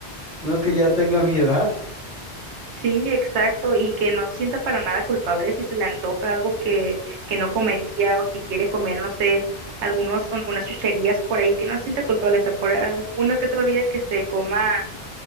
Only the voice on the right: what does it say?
Sí, exacto. Y que no se sienta para nada culpable si se le antoja algo que, que no comería o si quiere comer, no sé, algunos, algunas chucherías por ahí, que no se sienta culpable. O sea, por ah, uno que otro día que se coma